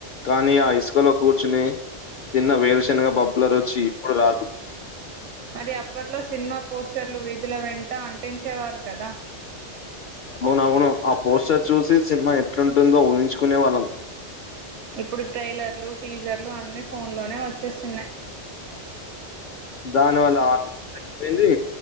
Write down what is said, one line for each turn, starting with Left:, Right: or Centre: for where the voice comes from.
Left: కానియి అ ఇసుకలో కూర్చుని తిన్న వేరుశనగ పప్పుల రుచి మప్పుడు రాదు
Right: మరి అప్పట్లో సినిమా పోస్టర్లు వీధుల వెంట అంటించేవారు కదా
Left: అవునవును ఆ పోస్టర్ చూసి సినిమా ఎట్లుంటుందో ఊహించుకునే వాళ్ళం
Right: ఇప్పుడు ట్రైలర్లు టీజర్లు అన్నిీ ఫోన్లోనే వచ్చేస్తున్నాయి
Left: దాని వల్ల ఆ తపోయింది